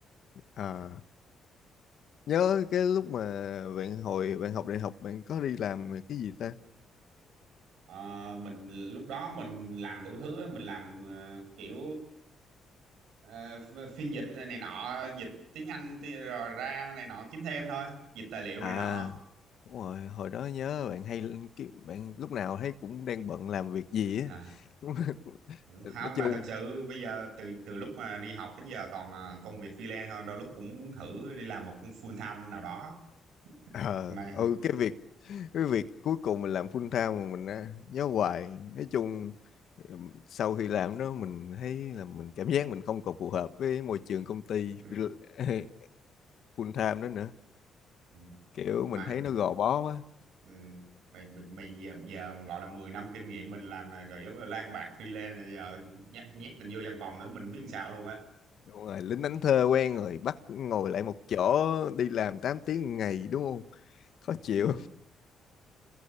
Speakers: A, on the left; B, on the right.
A: à nhớ cái lúc mà bạn hồi bạn học đại học bạn có đi làm cái gì ta
B: Ờ, mình lúc đó mình làm đủ thứ á, mình làm ờ, kiểu ờ, ph- phiên dịch này nọ dịch tiếng Anh ti- rồi ra này nọ kiếm thêm thôi dịch tài liệu
A: à
B: này nọ
A: đúng rồi hồi đó nhớ bạn hay lên cái- bạn lúc nào thấy cũng đang bận làm việc gì á
B: <laughs>
A: <laughs>
B: không
A: nói
B: mà
A: chung
B: thật sự bây giờ từ từ lúc mà đi học đến giờ toàn là công việc freelance thôi đôi lúc cũng muốn thử đi làm một công full time nào đó
A: ờ
B: mà
A: ừ cái việc cái việc cuối cùng mình làm full time mà mình á, nhớ hoài nói chung ừm, sau khi làm đó mình thấy là mình cảm giác mình không còn phù hợp với môi trường công ty
B: ừ,
A: <laughs> full time đó nữa
B: ừ,
A: kiểu
B: mà
A: mình thấy nó gò bó quá
B: ừ, mày mày, mày giờ, giờ gọi là 10 năm kinh nghiệm mình làm là rồi yếu là lang bạc freelance rồi giờ nhét nhét mình vô văn phòng nữa mình không biết làm sao luôn á
A: đúng rồi lính đánh thuê quen rồi bắt ngồi lại một chỗ đi làm 8 tiếng một ngày đúng không khó chịu
B: ừ.